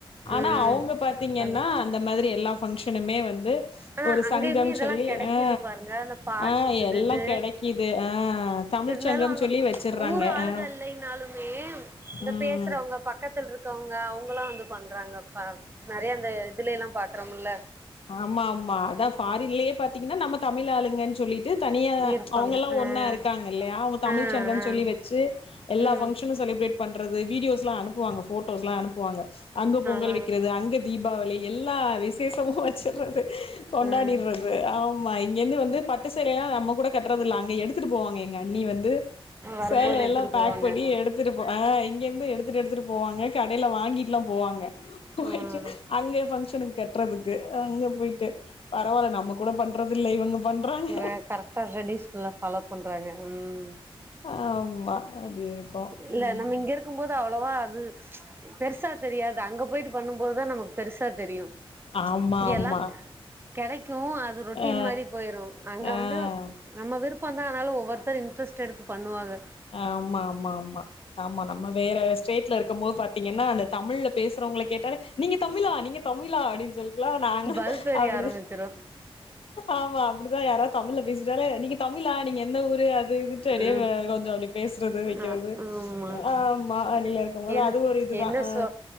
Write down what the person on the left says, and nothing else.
ஆனா
அவங்க பாத்தீங்கன்னா
இந்த மேஅதிரி எல்லா ஃபங்க்ஷனுமே வந்து
ஒரு
சங்கம்
சொல்லி
அ
ஆ
எல்லா
கெடைக்குது ஆ தமிழ்
சங்கம்
சொல்லி வச்சர்றாங்க
ஆ
ம்
ஆமாமா அதா ஃபாரின்லயே பாத்தீங்கன்னா நம்ம தமிழ் ஆளுங்கன் சொல்லிட் டு தனியாதா
அவங்கல்லா
ஒன்னா இருக்காங்க இல்லையா அவங்க தமிழ்
சங்கம்னு
சொல்லி வச்சு எல்லா
ஃபங்ஷனு செலிப்ரேட் பண்றது வீடியோஸ்லா அனுப்புவாங்க போட்டோஸ்லா அனுப்புவாங்க அங்க பொங்கல்
வெக்கிறது அங்க தீபாவளி எல்லா விசேஷமு வச்சிடுறது கொண்டாடிடுற
து ஆமா இங்கேர்ந்து வந்து பட்டு சேலயெல்லா நம்ம கூட கட்டுறதில்ல அங்க எடுத்துட்டு போவாங்க எங்க அண்ணி வந்து
சேலையெல்லா
பேக்
பண்ணி எடுத்துட்டு போ ஆ இங்கேர்ந்து எடுத்துட்டு எடுத்துட்டு போவாங்க கடையில வாங்கிட்லா போவாங்க போயிட்டு
அங்க்யே ஃபங்க்ஷனுக்கு கட்டுறதுக்கு அங்க போயிட்டு பரவால்ல நம்ம கூட பண்றது இல்ல இவங்க பண்றாங்க
ஆமா அப்டி இருக்கு
ம்
ஆமா ஆமா
ஆ
ஆ
ஆமா ஆமா ஆமா ஆமா நம்ம வேற ஸ்டேட்ல இருக்கும்போது பா த்திங்கனா அந்த தமிழ்ல பேசுறவங்கள கேட்டாளே நீங்க தமிழா நீங்க தமிழா அப்டின்னு சொல்லிட்லா நாங்க
அப்டி
ஆமா அப்புடிதா யாராது தமிழ்ல பேசிட்டாலே நீங்க தமிழா நீங்க எந்த ஊரு அது இதுன்டு
அப்டியே வ கொஞ்சோ <unintelligible> பேசுறது வெக்கிறது
ஆ ஆமா வெளிய இருக்கும்போது
அது ஒரு இதுதா
ஆ